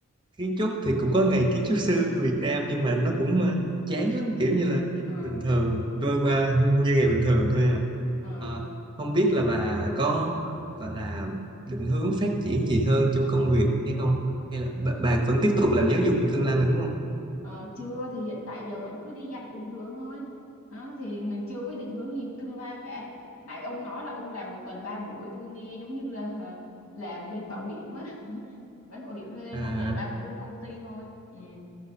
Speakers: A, on the right (about 20°); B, on the left (about 90°).
A: kiến trúc thì cũng có ngày kiến trúc sư Việt Nam nhưng mà nó cũng ờ, chán lắm kiểu như là
B: ờ,
A: bình thường trôi qua như ngày bình thường thôi à
B: ờ.
A: Ờ, không biết là bà có gọi là định hướng phát triển gì hơn trong công việc hay không? Hay là bà, bà vẫn tiếp tục làm giáo dục trong tương lai mà đúng không?
B: Ờ, chưa thì hiện tại giờ vẫn cứ đi dạy bình thường thôi đó thì mình chưa có định hướng gì trong tương lai cả nãy ông nói là ông làm một tuần ba buổi tôi nghe giống như là <laughs> ờ, làm bên bảo hiểm á <laughs> bên bảo hiểm lên
A: À,
B: một tuần ba buổi lên công ty thôi ừ.